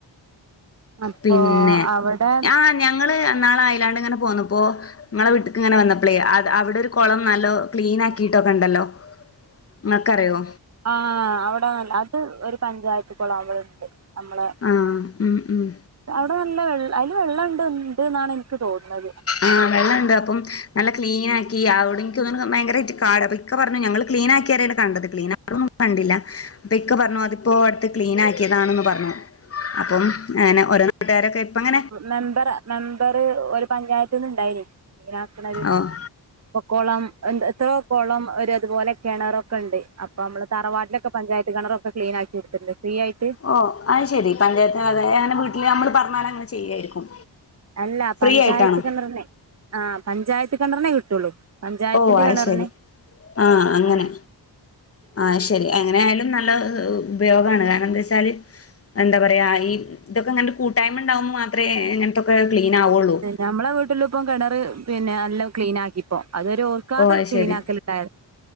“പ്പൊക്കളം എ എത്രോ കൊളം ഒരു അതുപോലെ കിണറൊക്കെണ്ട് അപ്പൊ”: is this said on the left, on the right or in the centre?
Right